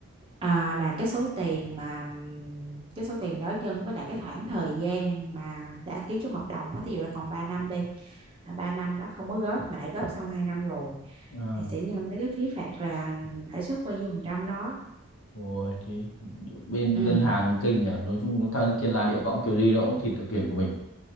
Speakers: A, on the right; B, on the left.
A: à, là cái số tiền mà ừm, cái số tiền đó nhân với lại cái khoảng thời gian mà đã ký trong hợp đồng á, thí dụ là còn 3 năm đi mà 3 năm đó không có góp mà đã góp xong 2 năm rồi
B: à,
A: thì sẽ nhân tới cái phí phạt là lãi suất bao nhiêu phần trăm đó
B: ôi thế bên
A: ừ
B: ngân hàng kinh nhỉ nói chung thằng thiên la địa võng kiểu gì nó cũng thịt được tiền của mình